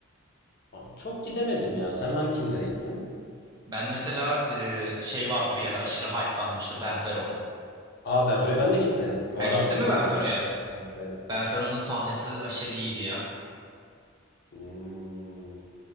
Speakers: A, on the left; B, on the right.
A: Abi Çok gidemedim ya. Sen hangi kimlere gittin?
B: Ben mesela e, şey vardı bir ara aşırı hype'lanmıştı. Benfero.
A: Aa ben Freven'de gittim. Doğru
B: Ha gitti
A: hatırladım
B: mi Benfero'ya?
A: şimdi. Evet, evet.
B: Benfero'nun sahnesi aşırı iyiydi ya.
A: Hmm.